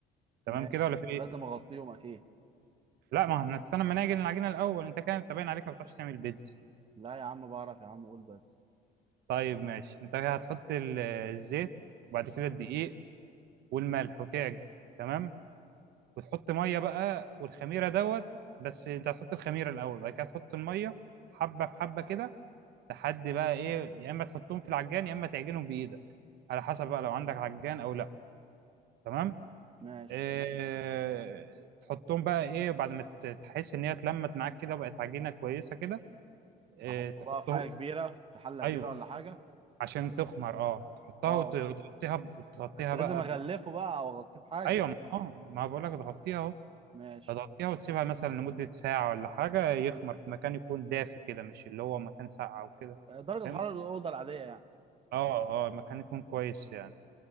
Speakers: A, on the right; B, on the right.
A: تمام
B: ماشي
A: كده ولا في
B: ولازم
A: ايه
B: اغطيهم اكيد
A: لا ما احنا هنستنى ما نعجن العجينه الاول انت كده انت باين عليك ما بتعرفش تعمل بيتزا
B: لا يا عم بعرف يا عم قول بس
A: طيب ماشي انت هتحط ال- الزيت وبعد كده الدقيق والملح وتعجن تمام وتحط ميه بقى والخميره دوت بس انت هتحط الخميره الاول بعد كده تحط الميه حبه في حبه كده لحد بقى ايه يا اما تحطهم في العجان يا اما تعجنهم بايدك على حسب بقى لو عندك عجان او لا تمام
B: ماشي
A: إيه تحطهم بقى ايه بعد ما ت- تحس ان هي اتلمت معاك كده وبقت عجينه كويسه كده إيه
B: احطه
A: تحطهم
B: بقى في حاجه كبيره في حله
A: ايوه
B: كبيره ولا حاجه
A: عشان تخمر اه تحطها
B: اه
A: وت- وتغطيها ب- تغطيها
B: بس لازم
A: بقى
B: اغلفه
A: ب-
B: بقى او اغطيه بحاجه
A: ايوه ما- اه ما بقول لك تغطيها اهو
B: ماشي
A: هتغطيها وتسيبها مثلا لمدة ساعة ولا حاجة يخمر في مكان يكون دافي كده مش اللي هو مكان ساقع أو كده
B: درجه
A: فاهم؟
B: حراره الاوضه العاديه يعني
A: اه اه مكان يكون كويس يعني